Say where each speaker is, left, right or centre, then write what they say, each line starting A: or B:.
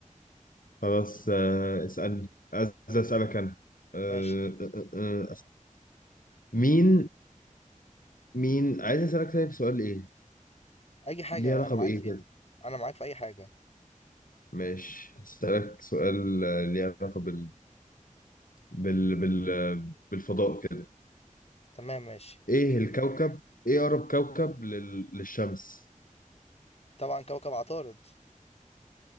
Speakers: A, on the left; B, on the left.
A: خلاص آه، اسألني عايز أسألك أنا آه،
B: ماشي
A: آه، آه، آه. مين مين عايز أسألك طيب سؤال إيه؟
B: اي حاجة
A: ليه
B: بقى
A: علاقة
B: انا معاك
A: بإيه
B: فيها
A: كده؟
B: انا معاك في اي حاجة
A: ماشي هسألك سؤال آه، ليه علاقة بال... بال... بال... آه، بالفضاء كده
B: تمام ماشي
A: إيه الكوكب؟ إيه أقرب كوكب لل... للشمس؟
B: طبعا كوكب عطارد